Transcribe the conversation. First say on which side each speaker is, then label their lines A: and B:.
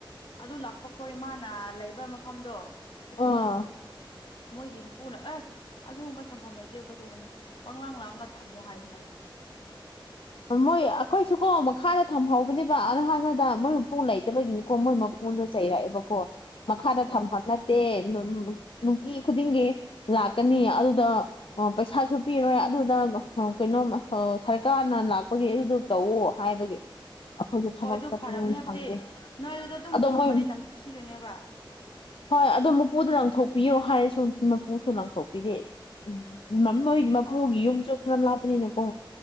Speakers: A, on the left; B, on the left.
A: ꯑꯗꯨ ꯂꯥꯛꯄ ꯈꯣꯏ ꯃꯥꯅ ꯂꯩꯕ ꯃꯐꯝꯗꯣ
B: ꯑꯥ
A: ꯃꯣꯏꯒꯤ ꯃꯄꯨꯅ ꯑꯦ ꯑꯗꯨꯒꯨꯝꯕ ꯊꯝꯐꯝ ꯂꯩꯇꯦ ꯈꯣꯠꯇꯦꯕꯅ ꯄꯪꯂꯥꯡ ꯂꯥꯡꯂꯒ ꯊꯝꯃꯣ ꯍꯥꯏ ꯍꯥꯏꯌꯦ
B: ꯃꯣꯏ ꯑꯩꯈꯣꯏꯁꯨꯀꯣ ꯃꯈꯥꯗ ꯊꯝꯍꯧꯕꯅꯦꯕ <unintelligible> <unintelligible> ꯃꯣꯏ ꯃꯄꯨ ꯂꯩꯇꯕꯒꯤꯅꯤꯀꯣ ꯃꯣꯏ ꯑꯩꯉꯣꯟꯗ ꯆꯩꯔꯛꯑꯦꯕꯀꯣ ꯃꯈꯥꯗ
A: ꯑꯣ
B: ꯊꯝꯐꯝ ꯅꯠꯇꯦ ꯅꯨꯡꯇꯤ ꯈꯨꯗꯤꯡꯒꯤ ꯂꯥꯛꯀꯅꯤ ꯑꯗꯨꯗ ꯑꯣ ꯄꯩꯁꯥꯁꯨ ꯄꯤꯔꯣꯏ ꯑꯗꯨꯗ ꯀꯩꯅꯣꯃꯥ ꯁꯥꯔꯀꯥꯔ ꯍꯥꯟꯅ ꯂꯥꯛꯄꯒꯤ ꯑꯗꯨꯗꯣ ꯇꯧꯋꯣ ꯍꯥꯏꯕꯒꯤ ꯑꯩꯈꯣꯏꯒꯤ ꯊꯕꯛ
A: ꯍꯣꯏ ꯑꯗꯨ
B: ꯆꯠꯄꯅꯤꯅ
A: ꯐꯔꯕꯅꯦ ꯍꯥꯏꯕꯗꯤ
B: ꯁꯪꯗꯦ
A: ꯅꯣꯏ ꯑꯗꯨꯗ ꯑꯗꯨꯝ
B: ꯑꯗꯣ
A: ꯊꯝꯃꯗꯤ
B: ꯃꯣꯢ
A: ꯅꯝꯊꯤꯗꯣꯏꯅꯦꯕ
B: ꯍꯣꯏ ꯑꯗꯣ ꯃꯄꯨꯗ ꯂꯪꯊꯣꯛꯄꯤꯌꯣ ꯍꯥꯏꯔꯁꯨ ꯃꯄꯨꯁꯨ ꯂꯪꯊꯣꯛꯄꯤꯗꯦ ꯎꯝ ꯃꯣꯏ ꯃꯄꯨꯒꯤ
A: ꯑꯣ
B: ꯌꯨꯝꯁꯨ ꯈꯔ ꯂꯥꯞꯄꯅꯤꯅꯀꯣ